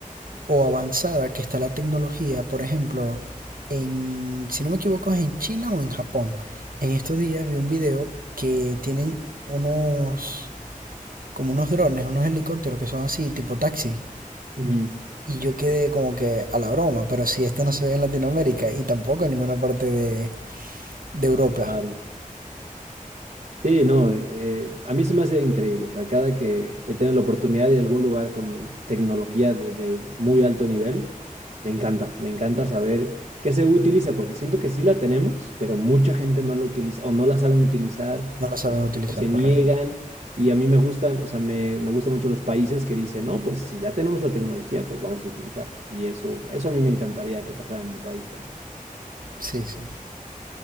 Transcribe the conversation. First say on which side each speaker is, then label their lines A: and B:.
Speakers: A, on the right; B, on the right.
A: o avanzada que está la tecnología, por ejemplo, en, si no me equivoco, es en China o en Japón. En estos días vi un video que tienen unos, como unos drones, unos helicópteros que son así, tipo taxi.
B: Ujú,
A: Y yo quedé como que a la broma, pero si esto no se ve en Latinoamérica y tampoco en ninguna parte de, de Europa,
B: Claro. Sí, no, eh, a mí se me hace increíble, o sea, cada que he tenido la oportunidad de algún lugar con tecnología de, de muy alto nivel, me encanta, me encanta saber qué se utiliza, porque siento que sí la tenemos, pero mucha gente no la utiliza o no la saben utilizar
A: no lo saben
B: o,
A: utilizar,
B: o se niegan
A: correcto.
B: y a mí me gustan, o sea, me, me gustan mucho los países que dicen, no, pues si ya tenemos la tecnología, pues vamos a utilizarla y eso, eso a mí me encantaría que pasara en mi país también.
A: Sí, sí.